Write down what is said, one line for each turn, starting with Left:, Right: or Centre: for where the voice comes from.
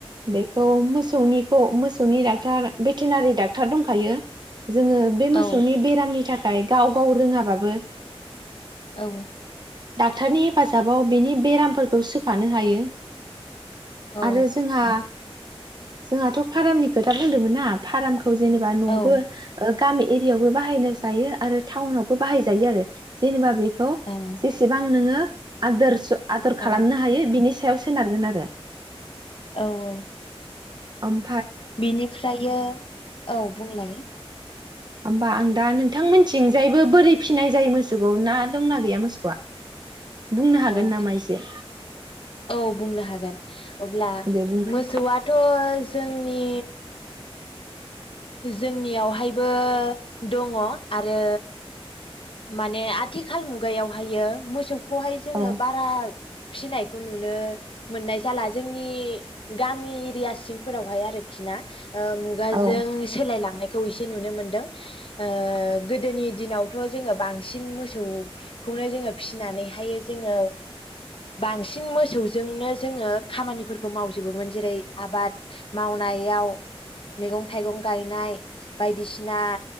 Right: बे औ मोसौनि खौ मोसौनि डाक्टार भेटेनारि डाक्टार दंखायो जोङो बे मोसौनि
Left: औ
Right: बेरामनि था फ्राय गाव गाव रोङाबाबो
Left: औ
Right: डाक्टरनि हेफाजाबाव बेनि बेरामफोरखौ सोखानो हायो
Left: औ
Right: आरो जोंहा जोंहाथ' फारामनि खोथा बुंदोंमोन ना फाराम खौ जेनेबा न'आवबो
Left: औ
Right: ओ गामि एरिवबो बाहायनो जायो आरो टाउनावबो बाहायजायो आरो जेनेबा बे खौ
Left: औ
Right: जेसेबां नोङो आदोरस' आदर
Left: औ
Right: खालामनो हायो बिनि सायाव सोनारगोन आरो
Left: औ औ
Right: ओम
Left: बिनिफ्रायो औ बुंलाय
Right: होमबा आं दा नोंथांमोनथिंजायबो बोरै फिसिनाय जायो मोसौखौ ना दंना गैया मोसौआ बुंनो हागोन
Left: औ
Right: नामा इसे
Left: औ बुंनो हागोन अब्ला
Right: दे बुंनाय
Left: मोसौआथ' जोंनि जोंनियावहायबो दङ आरो माने आथिखाल मुगायावहायो मोसौ खौहाय जोङो
Right: औ
Left: बारा फिसिनायखौ नुनो मोननाय जाला जोंनि गामि एरिया सिंफोरावहाय आरोखि ना ओ मुगाजों
Right: औ
Left: सोलायलांनाय खौ इसे नुनो मोनदों ओ गोदोनि दिनावथ' जोङो बांसिन मोसौखौनो जोङो फिसिनानैहाय जोङो बांसिन मोसौजोंनो जोङो खामानिफोरखौ मावजोबोमोन जेरै आबाद मावनायाव मैगं थाइगं गायनाय बायदिसिना